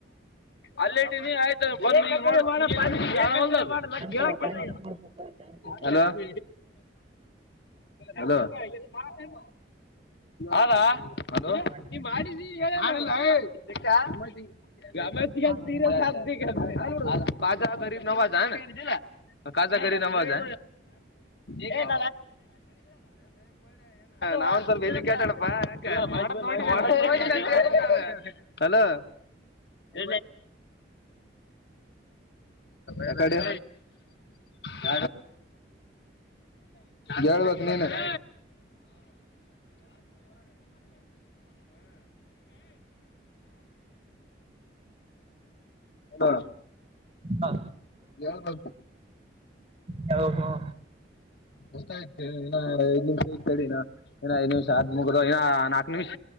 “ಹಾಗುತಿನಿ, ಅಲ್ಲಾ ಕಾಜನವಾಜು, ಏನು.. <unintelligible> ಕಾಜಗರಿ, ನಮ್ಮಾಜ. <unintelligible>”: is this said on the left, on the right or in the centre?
Left